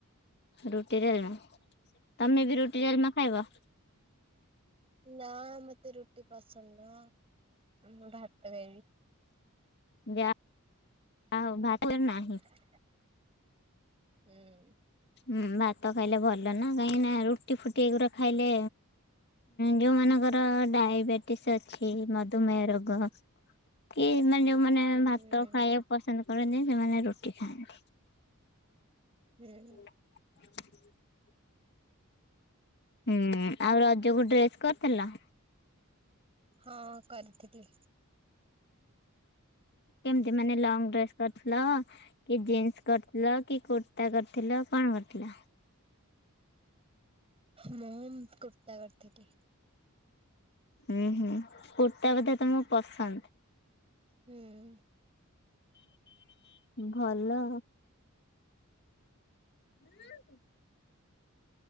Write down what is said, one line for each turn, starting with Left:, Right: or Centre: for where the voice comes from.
Left: ରୁଟି ଡ଼ାଲମା, ତମେ
Right: ହୁଁ।
Left: ବି ରୁଟି ଡାଲମା ଖାଇବ?
Right: ନା ମତେ ରୁଟି ପସନ୍ଦ ନୁହଁ, ମୁଁ ଭାତ ଖାଇବି।
Left: ବା ଆଉ <unintelligible> ନାହିଁ।
Right: ହୁଁ ଉଁ।
Left: ହୁଁ, ଭାତ ଖାଇଲେ ଭଲ ନା, କାହିଁକି ନା ରୁଟି ଫୁଟି ଏଗୁରା ଖାଇଲେ? ଯୋଉମାନଙ୍କର ଡାଇବେଟିସ୍ ଅଛି ମଧୁମେହ ରୋଗ କି ସେମାନେ ଯୋଉମାନେ
Right: ହୁଁ
Left: ଭାତ ଖାଇବାକୁ ପସନ୍ଦ କରନ୍ତି, ସେମାନେ ରୁଟି ଖାଆନ୍ତି।
Right: ହୁଁ ଉଁ।
Left: <inaudible> ହୁଁ ଆଉ ରଜକୁ ଡ୍ରେସ୍ କରିଥିଲ?
Right: ହଁ କରିଥିଲି।
Left: କେମତି ମାନେ ଲଙ୍ଗ ଡ୍ରେସ୍? କରିଥିଲ କି ଜିନ୍ସ କରିଥିଲ, କି କୁର୍ତ୍ତା କରିଥିଲ, କଣ କରିଥିଲ?
Right: ମୁଁ କୁର୍ତ୍ତା କରିଥିଲି।
Left: ହୁଁ ହୁଁ, କୁର୍ତ୍ତା ବୋଧେ ତମକୁ ପସନ୍ଦ?
Right: ହୁଁ ଉଁ।
Left: ଭଲ। ହୁଁ